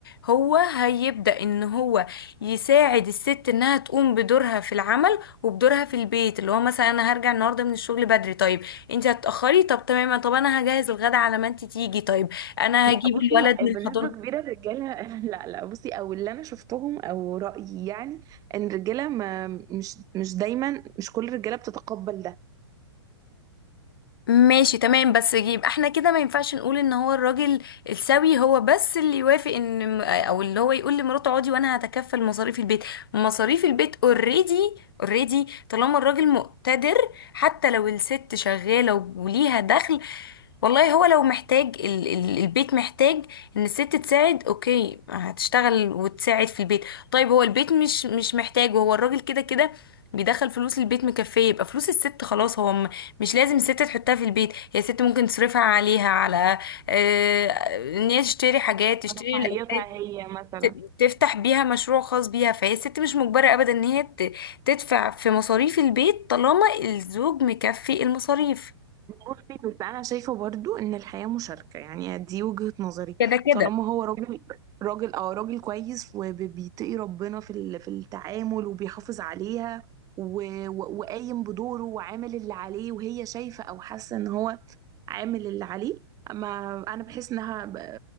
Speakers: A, on the left (about 55°); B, on the right (about 25°).
A: هو هيبدأ ان هو يساعد الست انها تقوم بدورها في العمل وبدورها في البيت اللي هو مثلا انا هرجع النهارده من الشغل بدري طيب انتي هتتأخري طب تمام طب انا هجهز الغدا على ما انتي تيجي طيب انا
B: لا
A: هجيب
B: بصي
A: الولد
B: ما
A: من
B: بنسبة
A: الحضانة
B: كبيرة الرجالة <laughs> لا لا بصي او اللي انا شفتهم او رأيي يعني ان الرجالة ما مش مش دايما مش كل الرجالة بتتقبل ده
A: ماشي تمام بس يبقى احنا كده ما ينفعش نقول ان هو الراجل السوي هو بس اللي يوافق ان م- او اللي هو يقول لمراته اقعدي وانا هتكفل مصاريف البيت مصاريف البيت اوريدي اوريدي طالما الراجل مقتدر حتى لو الست شغالة وليها دخل والله هو لو محتاج ال ال البيت محتاج ان الست تساعد اوكي هتشتغل وتساعد في البيت طيب هو البيت مش مش محتاج وهو الراجل كده كده بيدخل فلوس البيت مكفية يبقى فلوس الست خلاص هو مش لازم الست تحطها في البيت هي الست ممكن تصرفها عليها على آه، ان هي تشتري حاجات تشتري
B: على رفاهيتها
A: الاولاد
B: هي مثلا
A: ت- تفتح بيها مشروع خاص بيها فهي الست مش مجبرة ابدا ان هي ت- تدفع في مصاريف البيت طالما الزوج مكفي المصاريف
B: بصي بس انا شايفة برضو ان الحياة مشاركة يعني دي وجهة نظري
A: كده كده
B: طالما هو راجل راجل اه راجل كويس وبيتقي ربنا في ال- في التعامل وبيحافظ عليها و- و- وقايم بدوره وعامل اللي عليه وهي شايفة او حاسة ان هو عامل اللي عليه اما انا بحس انها ب-